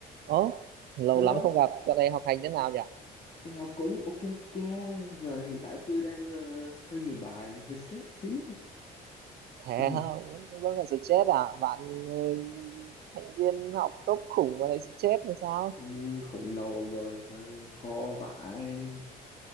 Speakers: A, on the right; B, on the left.
A: Ố, lâu
B: Hello,
A: lắm không gặp, dạo này học hành thế nào nhỉ?
B: tôi học cũng ok ok mà hiện tại tôi đang ờ, hơi nhiều bài nên hơi stress xíu.
A: Thế
B: <clears throat>
A: hả? vẫn vẫn còn stress à? Bạn ừ, thành viên học tốt khủng mà lại stress làm sao?
B: Ừm, Khủng đầu ông ơi mà khó vãi.